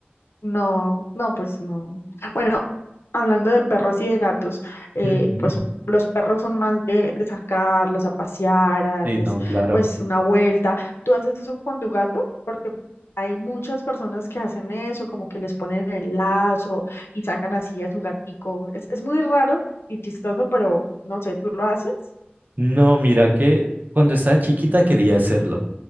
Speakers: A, on the left; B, on the right.
A: No, no, pues no. Bueno, hablando de perros y de gatos, eh,
B: Ujú.
A: pues los perros son más de, de sacarlos a pasear, a darles
B: Y no, claro.
A: pues una vuelta. ¿Tú haces eso con tu gato? Porque hay muchas personas que hacen eso, como que les ponen el lazo y sacan así a su gatico. Es, es muy raro y chistoso, pero no sé, ¿tú lo haces?
B: No, mira que cuando estaba chiquita quería hacerlo.